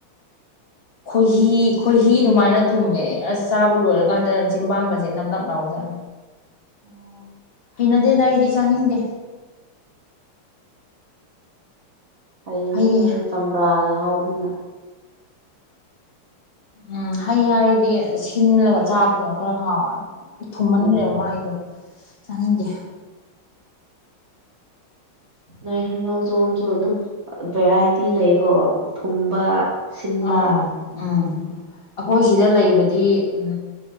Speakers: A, on the left (about 35°); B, on the right (about 40°).
A: ꯈꯣꯏꯍꯤ ꯈꯣꯏꯍꯤ ꯑꯗꯨꯃꯥꯏꯅ ꯊꯨꯝꯃꯦ ꯑꯁ ꯆꯥꯕ ꯂꯣꯏꯔꯀꯥꯟꯗ ꯖꯤꯝꯕꯥꯡꯒꯁꯦ ꯅꯞ ꯅꯞ ꯂꯥꯎꯎ ꯖꯥꯠꯅꯤ
B: ꯎꯝ
A: ꯍꯩꯅꯗꯦꯗ ꯑꯩꯗꯤ ꯆꯥꯅꯤꯡꯗꯦ
B: ꯑꯩꯅꯦ
A: ꯍꯩ
B: ꯅꯗꯤ ꯆꯝꯄ꯭ꯔꯥꯒ ꯍꯧꯗꯅ
A: ꯎꯝ ꯍꯩ ꯍꯥꯏꯗꯤ ꯁꯤꯜꯂꯒ ꯆꯥꯕꯗꯨꯅ ꯈꯔ ꯍꯥꯎꯋꯅꯤ ꯌꯥꯝ ꯊꯨꯝꯃꯟꯈ꯭ꯔꯦꯕ
B: ꯎꯝ
A: ꯃꯥꯒꯤꯗꯣ ꯆꯥꯅꯤꯡꯗꯦ
B: ꯅꯣꯏ ꯍꯉꯧꯖꯣꯝꯁꯨ ꯑꯗꯨꯝ ꯚꯦꯔꯥꯏꯇꯤ ꯂꯩꯀꯣ ꯊꯨꯝꯕ ꯁꯤꯟꯕ
A: ꯑꯥ ꯎꯝ ꯑꯩꯈꯣꯏ ꯁꯤꯗ ꯂꯩꯕꯗꯤ ꯎꯝ